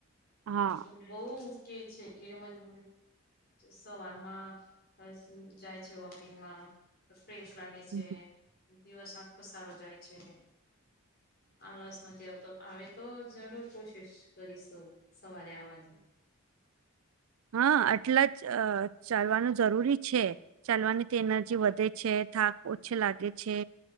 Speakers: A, on the right (about 70°); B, on the left (about 45°).
A: હા
B: હ ત. બહ મુકે છે કે મને સવારમાં. બસ જાય છે વોકિંગમાં. ફ્રેશ લાગે
A: હમ
B: છે દિવસ આખો સારો જાય છે. આ લસ નથી આવતો હ તો જરૂર કોશિશ કરીશું સવારે આવવાની.
A: હા આટલા જ ચાલવાનું જરૂરી છે. ચાલવાની તે એનર્જી વધે છે થાક ઓછી લાગે છે.